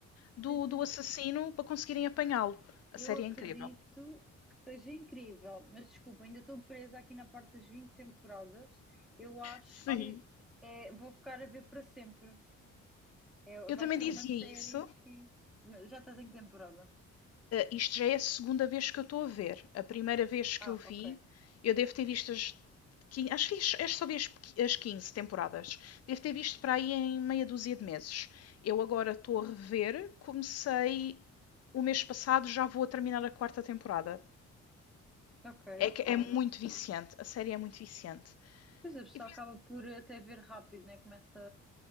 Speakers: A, on the left (about 55°); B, in the centre.
A: do,
B: Sim, sim.
A: do assassino para conseguirem apanhá-lo. A
B: Eu
A: série
B: acredito
A: é incrível.
B: que seja incrível, mas desculpa, ainda estou presa aqui na parte das 20 temporadas. Eu acho
A: Sim.
B: que é, vou ficar a ver para sempre. É,
A: Eu
B: vai
A: também
B: ser
A: dizia
B: uma série
A: isso,
B: que. Mas Já estás em que temporada?
A: Isto já é a segunda vez que eu estou a ver. A primeira vez que
B: Ah,
A: eu vi,
B: ok.
A: eu devo ter visto as. quin- Acho que vi- acho que só vi as qu- as 15 temporadas. Devo ter visto para aí em meia dúzia de meses. Eu agora estou a rever. Comecei o mês passado, já vou a terminar a quarta temporada.
B: Ok,
A: É que é muito
B: pronto.
A: viciante. A série é muito viciante.
B: Pois é, a pessoa
A: E
B: acaba por até ver rápido, né? Começa.